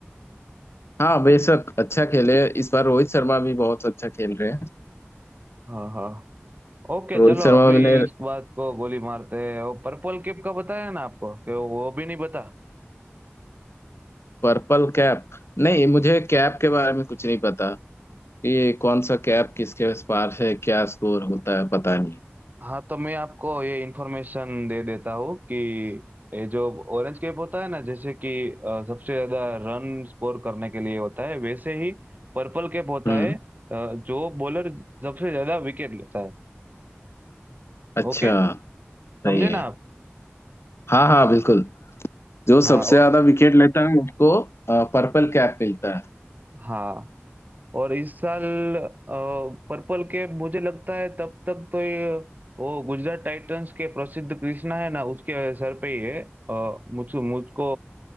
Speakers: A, on the left (about 70°); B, on the right (about 40°).
A: हाँ बेशक अच्छा खेले इस बार रोहित शर्मा भी बहुत अच्छा खेल रहे हैं
B: हाँ हाँ ओके
A: रोहित
B: चलो
A: शर्मा
B: अभी
A: ने
B: इस बात को गोली मारते हैं वो पर्पल किप का बताया ना आपको कि वो भी नहीं बता
A: पर्पल कैप नहीं मुझे कैप के बारे में कुछ नहीं पता ये कौन सा कैप किसके पास है क्या स्कोर होता है पता नहीं
B: हाँ तो मैं आपको ये इन्फॉर्मेशन दे देता हूँ कि ये जो ऑरेंज कैप होता है ना जैसे कि अ, सबसे ज्यादा रन स्कोर करने के लिए होता है वैसे ही पर्पल कैप होता
A: हम्म
B: है अ, जो बॉलर सबसे ज्यादा विकेट लेता है
A: अच्छा
B: ओके
A: सही
B: समझे
A: है
B: ना आप
A: हाँ हाँ बिल्कुल जो
B: हाँ
A: सबसे
B: और
A: ज्यादा विकेट लेता है उसको पर्पल कैप मिलता है
B: हाँ और इस साल पर्पल कैप मुझे लगता है तब तक तो ये वो गुजरात टाइटंस के प्रसिद्ध कृष्णा है ना उसके सर पे ही है अ, मुझको मुझको